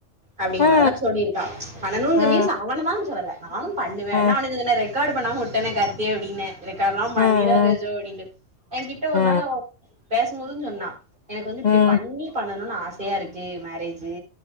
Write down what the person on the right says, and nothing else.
அப்டிங்கதிர
மாதிரில்லா சொல்லிருக்கா பனுங்க
மீன்ஸ் அவண தான்னு சொல்லல நானு பண்ணுவே
நானு இந்த மா இன்னொரு காடு பண்ணா முட்டனே கருத்து அப்டின்னே இருக்கார்லா பண்ணிராதே
ஜோ அப்டின்ட்டு எகிட்ட ஒரு
நாள் அவ பேசம்போது சொன்னா எனக்கு வந்து இப்டி
பண்ணி பண்ணணுனு ஆசையா இருக்கு மேரேஜு